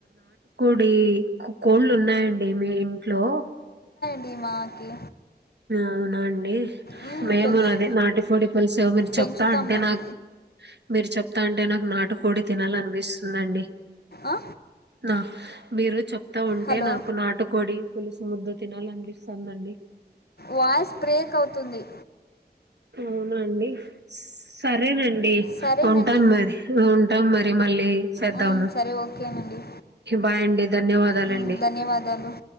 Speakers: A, on the right; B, on the left.
A: ఈ కొకో కోళ్ళు ఉన్నాయండి మీ ఇంట్లో
B: డి మాకి
A: అవునా అండి
B: మ్మ్,
A: మేము
B: పెంచు
A: కూడా అది నాటికోడి పులుసు మీరు
B: పెంచుతాం
A: చెప్తా అంటే
B: మేము
A: నాకు మీరు చెప్ అంటే నాకు నాటు కోడి తినాలనిపిస్తుందండి
B: ఆ,
A: హా మీరు చెప్పు చెప్తా ఉంటే
B: హలో
A: నాకు నాటుకోడి పులుసు ముద్ద తినాలి అనిపిస్తుందండి
B: వాయిస్ బ్రేక్ అవుతుంది
A: అవునండి సరే సరేనండి
B: సరేనండి
A: ఉంటాను మరి ఉంటాం మరి మళ్ళీ చేద్దాము
B: మ్మ్, సరే ఓకేనండి
A: బాయ్ అండి ధన్యవాదాలండి
B: మ్మ్, ధన్యవాదాలు